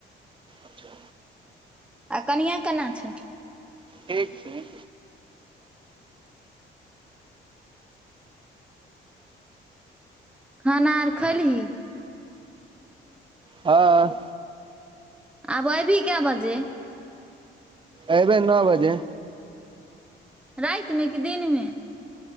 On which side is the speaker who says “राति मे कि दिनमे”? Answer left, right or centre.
Centre